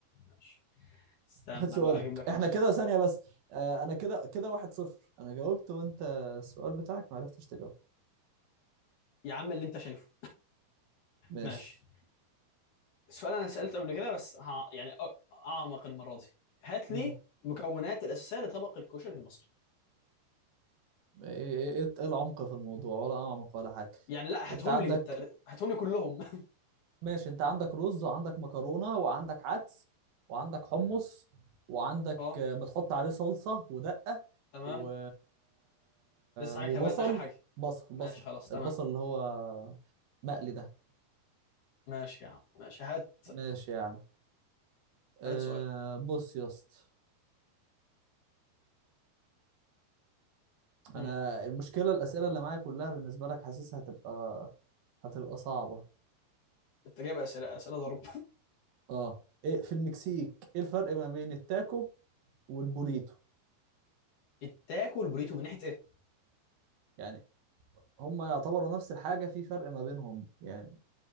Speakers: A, on the left; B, on the right.
A: ماشي استنى
B: خد سؤالك
A: بقى أجيب لك
B: احنا
A: أنا سؤال
B: كده ثانية بس آه انا كده كده واحد صفر انا جاوبت وانت السؤال بتاعك ما عرفتش تجاوب
A: يا عم اللي أنت شايفه
B: ماشي
A: ماشي السؤال أنا سألته قبل كده بس ها يعني أ- أعمق المرة دي هات
B: مم.
A: لي مكونات الأساسية لطبق الكشري المصري
B: ايه ايه إيه العمق في الموضوع ولا اعمق ولا حاجة
A: يعني لا
B: انت
A: هاتهم
B: عندك
A: لي بالتر... هاتهم لي كلهم <laughs>
B: ماشي انت عندك رز وعندك مكرونة وعندك عدس وعندك حمص وعندك
A: اه
B: آه، بتحط عليه صلصة ودقة
A: تمام
B: و...
A: لسه
B: وبصل
A: حاجة كمان آخر حاجة
B: بصل بصل
A: ماشي خلاص تمام
B: البصل اللي هو مقلي ده
A: ماشي يا عم ماشي هات
B: ماشي يا عم أه
A: هات سؤال
B: بص يا اسطى انا
A: مم.
B: المشكلة الأسئلة اللي معايا كلها بالنسبة لك حاسسها هتبقى هتبقى صعبة
A: انت جايب اسئله اسئله ضرب
B: اه ايه في المكسيك ايه الفرق ما بين التاكو والبوريتو
A: <laughs> التاكو والبوريتو من ناحيه ايه؟
B: يعني هما يعتبروا نفس الحاجة في فرق ما بينهم يعني